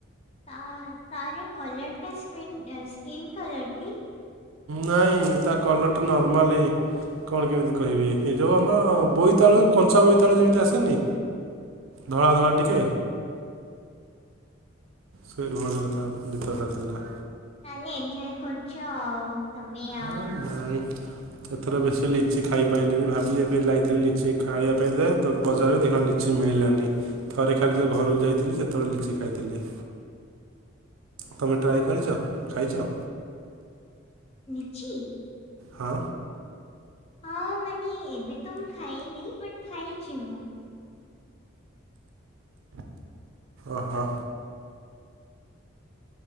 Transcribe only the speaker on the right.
ନାଇଁ ତା କଲରଟା ନର୍ମାଲି ଇଏ କଣ କେମିତି କଇବି? ହେଇ ଯୋଉଁ ଆମର ବୋଇତାଳୁ କଞ୍ଚା ବୋଇତାଳୁ ଯେମିତି ଆସେନି? ଧଳା ଧଳା ଟିକେ ସେଇଭଳିଆ ତା ଭିତରତା ଥିଲା।
ଆରେ ନାଇଁ ଏଥର ବେଶୀ ଲିଚି ଖାଇପାଇଲିନି ଭାବିଲି ଏବେ ଯାଇଥିଲି ଲିଚି ଖାଇବା ପାଇଁ ଯେ ତ ବଜାରରେ ଦେଖିଲାବେଳୁ ଲିଚି ମିଳିଲାନି। ଥରେ ଖାଲି ଯୋଉ ଘରକୁ ଯାଇଥିଲି ସେତେବେଳେ ଲିଚି ଖାଇଥିଲି। ତମେ
ଟ୍ରାଏ କରିଚ ଖାଇଚ?
ହଁ।
ଓହୋ।